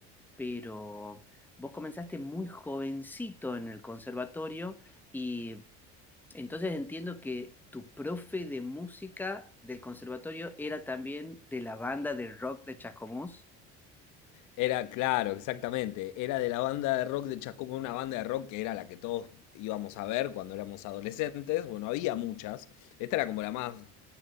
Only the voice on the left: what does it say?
Era, claro, exactamente. Era de la banda de rock de Chascomús, una banda de rock que era la que todos íbamos a ver cuando éramos adolescentes. Bueno, había muchas. Esta era como la más